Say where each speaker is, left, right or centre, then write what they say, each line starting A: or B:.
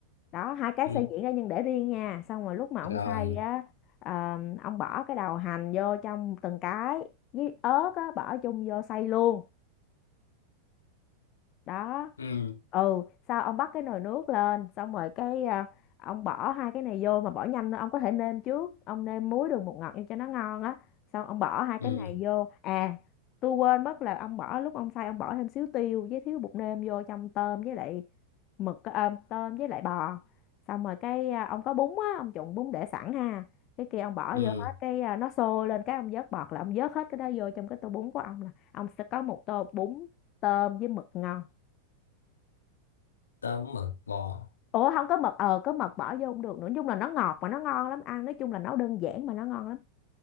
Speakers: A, on the left; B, on the left.
A: đó hai cái
B: ừ.
A: xay nhuyễn ra nhưng để riêng nha xong rồi lúc mà ông
B: rồi
A: xay á ờ, ông bỏ cái đầu hành vô trong từng cái với ớt á bỏ chung vô xay luôn đó
B: ừ.
A: ừ sau ông bắt cái nồi nước lên xong rồi cái à, ông bỏ hai cái này vô mà bỏ nhanh nữa ông có thể nêm trước ông nêm muối đường bột ngọt vô cho nó ngon á xong ông bỏ hai
B: Ừ.
A: cái này vô à tôi quên mất là ông bỏ lúc ông xay ông bỏ thêm xíu tiêu với xíu bột nêm vô trong tôm với lại mực à, tôm với lại bò xong rồi cái à, ông có bún á ông trụng bún để sẵn ha cái kia ông bỏ
B: Ừ.
A: vô hết cái à, nó sôi lên cái ông vớt bọt là ông vớt hết cái đó vô trong cái tô bún của ông là ông sẽ có một tô bún tôm với mực ngon
B: tôm mực bò
A: ủa không có mật ờ có mật bỏ vô không được nữa nói chung là nó ngọt mà nó ngon lắm ăn nói chung là nấu đơn giản mà nó ngon lắm